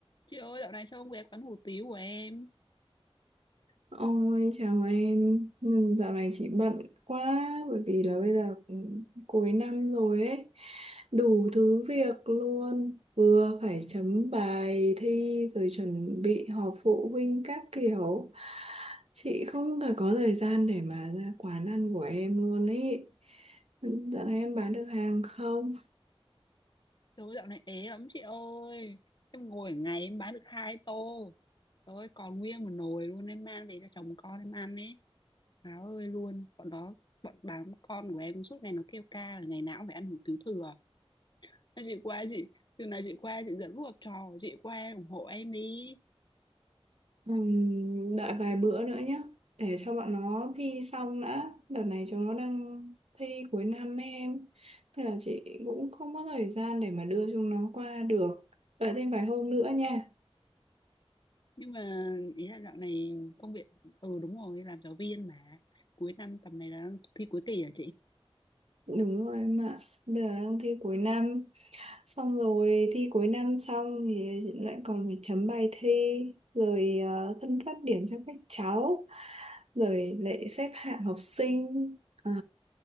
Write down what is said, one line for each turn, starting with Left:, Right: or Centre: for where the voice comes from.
Left: Chị ơi dạo này sao không ghé quán hủ tiếu của em
Right: Ôi chào em, Ừ, dạo này chị bận quá bởi vì là bây giờ cũng cuối năm rồi ấy, đủ thứ việc luôn, vừa phải chấm bài thi rồi chuẩn bị họp phụ huynh các kiểu. Chị không cả có thời gian để mà ra quán ăn của em luôn ấy. Ừ, Dạo này em bán được hàng không?
Left: Trời ơi dạo này ế lắm chị ơi Em ngồi ở ngày em bán được hai tô Trời ơi còn nguyên một nồi luôn Em mang về cho chồng con em ăn ấy Má ơi luôn Bọn đó bọn đám con của em suốt ngày nó kêu ca là Ngày nào cũng phải ăn hủ tiếu thừa Nên chị qua chị Chừng nào chị qua chị dẫn lũ học trò Chị qua ủng hộ em đi
Right: Ừm, đợi vài bữa nữa nhé để cho bọn nó thi xong đã đợt này chúng nó đang thi cuối năm ấy em nên là chị cũng không có thời gian để mà đưa chúng nó qua được đợi thêm vài hôm nữa nha
Left: Nhưng mà ý là dạo này công việc Ừ đúng rồi làm giáo viên mà Cuối năm tầm này là thi cuối kỳ hả chị
Right: đúng rồi em ạ bây giờ đang thi cuối năm xong rồi thi cuối năm xong thì chị lại còn phải chấm bài thi rồi ờ, phân phát điểm cho các cháu rồi lại xếp hạng học sinh ờ,